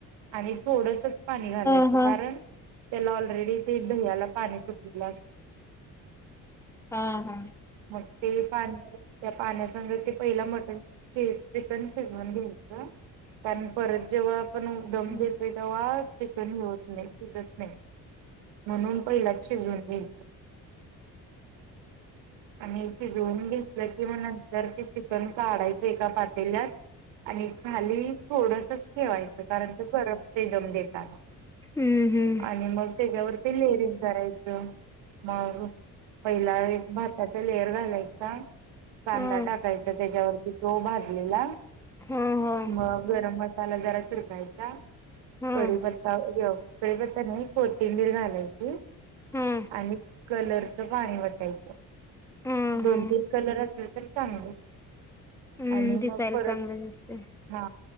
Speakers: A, on the right (about 65°); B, in the centre.
A: आणि थोडस. पाणी घालायचं
B: हा हा
A: कारण त्याला ऑलरेडी ते दह्याला पाणी सुटलेलं अस.
B: हा हा.
A: मग ते पाणी त्या पाण्यासग ते पहिला मटण श चिकन शिजव घ्याच कारण परत जेव्हा आपण दम
B: हम्म
A: घेत. तेव्हा चिकनत नाही शिजत नाही म्हणून पहि झ घ्याय आणि असे ज घ कि म नंतर ते चिकन काढायचंय का पातेलात. आणि खाली थोडसच ठेवायचं कारण ते करप ते दम देताना.
B: हम्म हम्म
A: आणि मग त्याच्यावरती लेरिंग करायचं. मग पहिला एक भाताचा लेयर घालायचा. कांदा
B: हा
A: टाकायचा त्याच्यावरती तो भाजलेला
B: हा हा
A: मग गरम मसा. मसालादरा चिरकायचा
B: हा
A: कढ पत्ता घ कपत्ता नाही कोथिंबीर घालायची
B: हा
A: आणि. कलरचं पाणी वाटायचं
B: हा
A: दोन
B: हा.
A: तीन कलर असले तर चांगले.
B: हम्म
A: आणि
B: दिसायला
A: मग परत
B: चांगलं दिसत
A: हा